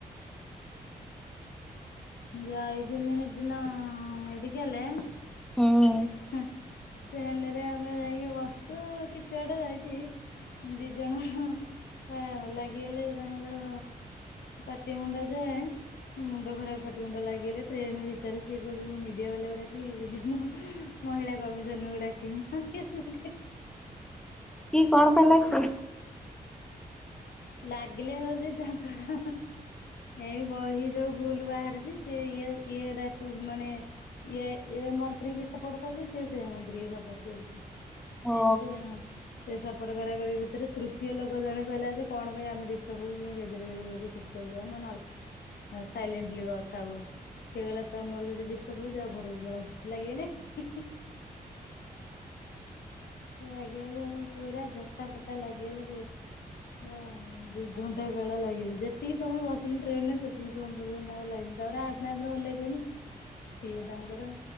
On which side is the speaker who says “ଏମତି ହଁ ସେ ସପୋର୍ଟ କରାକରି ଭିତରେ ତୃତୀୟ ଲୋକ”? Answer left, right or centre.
Left